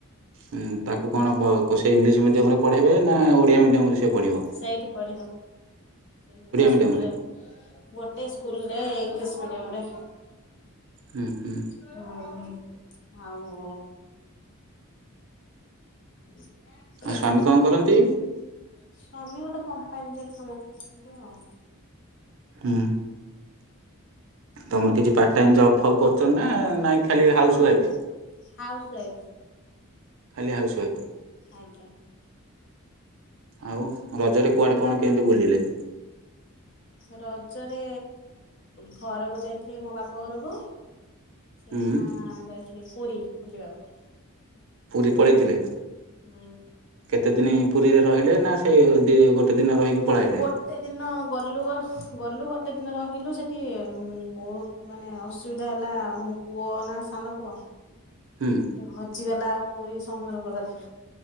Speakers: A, on the right; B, on the left.
A: ଉ ତାକୁ କଣ କ ସେ ଇଂଲିଶ ମିଡିୟମ ରେ ପଢେଇବେ ନା ଓଡିଆ ମିଡିୟମ ରେ ସେ ପଢିବ?
B: ଏଇଠି ପଢିବ ଏଇେ ସ୍କୁଲରେ।
A: ମିଡ଼ିୟମରେ
B: ଗୋଟେ ସ୍କୁଲରେ ଇଂଲିଶି ମିଡିୟମରେ।
A: ହୁଁ ହୁଁ
B: ହୁଁ ଆଉ ହ
A: ଆଉ ସ୍ଵାମୀ
B: <unintelligible>
A: କଣ କରନ୍ତି?
B: ସ୍ଵାମୀ ଗୋଟେ କମ୍ପାନୀରେ ତମ ଆଉ
A: ହୁଁ। ତମେ କିଛି ପାର୍ଟ ଟାଇମ ଜବ ଫବ୍ କରୁଛ ନା ନାଇଁ? ଖାଲି ହାଉସ
B: ନାଇଁ
A: ୱାଇଫ୍?
B: ହାଉସ୍ ୱାଇଫ।
A: ଖାଲି ହାଉସୱାଇଫ।
B: ଆଜ୍ଞା।
A: ଆଉ ରଜରେ କୁଆଡ଼େ କଣ କେମିତି ବୁଲିଲେ?
B: ରଜରେ ଘରକୁ ଯାଇଥିଲି ମୋ ବାପ ଘରକୁ ସେଇଠୁ
A: ହୁଁ
B: ନା ଯାଇଥିଲି ପୁରୀ ବୁଲିବାକୁ।
A: ପୁରୀ ପଳେଇଥିଲେ?
B: ହୁଁ।
A: କେତେ ଦିନ ପୁରୀରେ ରହିଲେ ନା ସେଇ ଦି ଗୋଟେ ଦିନ ରହିକି ପଳାଇଲେ?
B: ଗୋଟେ ଦିନ ଗଲୁ ଗଲୁ ଗୋଟେ ଦିନ ରହିଲୁ ସେଠି ବହୁତ ମାନେ ଅସୁବିଧା ହେଲା ମୋ ପୁଅ ନା ସାନ ପୁଅ
A: ହୁଁ।
B: ସେଠି ହଜିଗଲା ପୁରୀ ସମୁଦ୍ର କୂଳରେ।